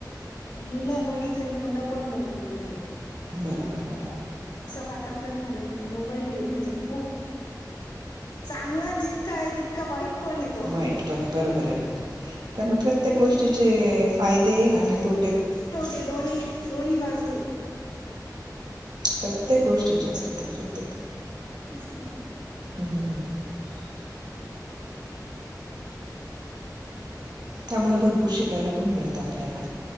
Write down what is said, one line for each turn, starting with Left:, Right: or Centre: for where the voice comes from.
Left: मुलं बघितल मुलं पण मोबाईल मध्ये
Right: बरोबर बरोबर.
Left: असं वातावरण झालेलं मोबाईल हे म्हणजे खूप चांगला जितका आहे तितका वाईट पण ये तो.
Right: वाईट पण आहे बरोबर आहे ना कारण प्रत्येक गोष्टीचे फायदे आणि तो
Left: तोटे दोन्ही दोन्ही बाजू आहेत <unintelligible>
Right: प्रत्येक गोष्टीच्या असत तर प्रत्येक
Left: तेच ना
Right: हम्म हम हम् त्यामुळे भरपूर शिकायला पण मिळतं आपल्याला